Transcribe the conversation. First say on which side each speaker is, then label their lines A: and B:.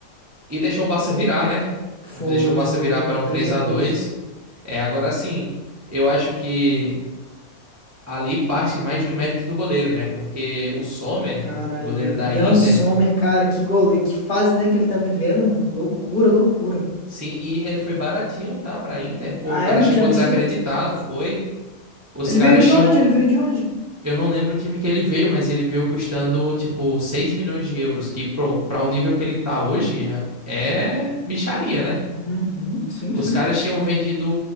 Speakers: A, on the right (about 25°); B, on the left (about 45°).
A: e deixou o Barça virar, né?
B: foi,
A: Deixou o
B: foi.
A: Barça virar para um
B: Três
A: 3
B: a
A: a
B: dois,
A: 2. É, agora sim, eu acho que ali parte mais do mérito do goleiro, né? Porque o Sommer,
B: Cara,
A: o goleiro
B: e
A: da
B: Ian
A: Inter,
B: Sommer, cara, que goleiro, que fase, né, que ele tá vivendo, mano. Loucura, loucura.
A: sim, e ele foi baratinho, tá, pra Inter. Pô,
B: Ah,
A: o cara
B: é? Eu não
A: chegou
B: tinha visto
A: desacreditado,
B: ainda.
A: foi. Os
B: Ele
A: caras
B: veio de
A: tinham.
B: onde? Ele veio de onde?
A: Eu não lembro o time que ele veio, mas ele veio custando, tipo, 6 milhões de euros, que pro, pra o nível que ele tá hoje é é mixaria, né?
B: Uhum, sim,
A: Os
B: sim.
A: caras tinham vendido